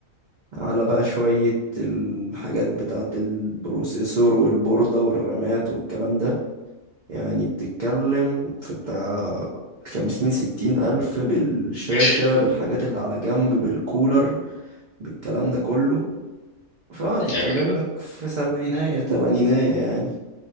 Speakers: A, on the right (about 65°); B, on the left (about 50°).
A: على بقى شوية الحاجات بتاعة البروسيسور والبوردة والرامات والكلام ده يعني بتتكلم في بتاع خمسين ستين ألف بالشاشة
B: ماشي
A: بالحاجات اللي على جنب بالكولر بالكلام ده كله فهتتكلم
B: يعني كده.
A: لك في سبعيناية تمانيناية يعني